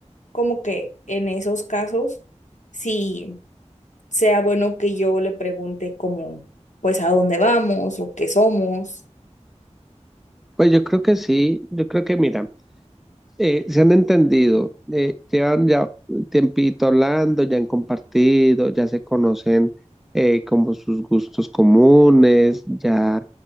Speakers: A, on the left; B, in the centre.
A: como que en esos casos, si sea bueno que yo le pregunte como, pues a dónde vamos o qué somos.
B: Pues yo creo que sí, yo creo que mira. eh, se han entendido, eh, llevan ya un tiempito hablando, ya han compartido, ya se conocen eh, como sus gustos comunes, ya